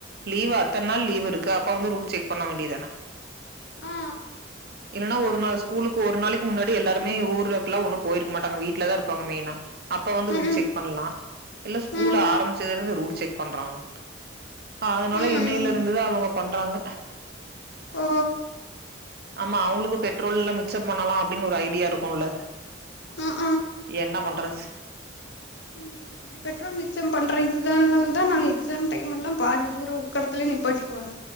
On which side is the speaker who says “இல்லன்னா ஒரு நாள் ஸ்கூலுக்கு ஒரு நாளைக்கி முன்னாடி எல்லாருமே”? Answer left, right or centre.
Right